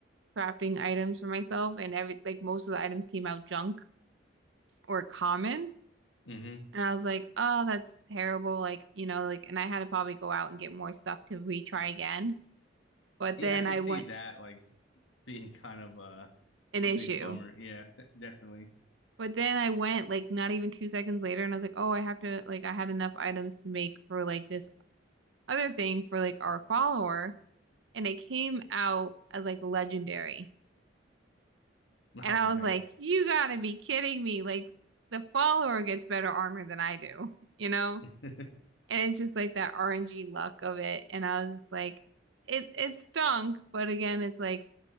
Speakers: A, on the right (about 70°); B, on the left (about 75°).
A: crafting items for myself, and every like most of the items came out junk or common.
B: mm-hmm.
A: And I was like, oh, that's terrible. Like, you know, like, and I had to probably go out and get more stuff to retry again. But
B: yeah
A: then
B: I could
A: I
B: see
A: went
B: that like <laughs> being kind of a
A: an
B: a
A: issue.
B: big bummer yeah th- definitely
A: But then I went like not even two seconds later, and I was like, oh, I have to like I had enough items to make for like this other thing for like our follower, and it came out as like legendary.
B: oh
A: And I
B: nice
A: was like, you gotta be kidding me! Like the follower gets better armor than I do, you know?
B: <laughs>
A: and it's just like that RNG luck of it. And I was just like, it it stunk, but again, it's like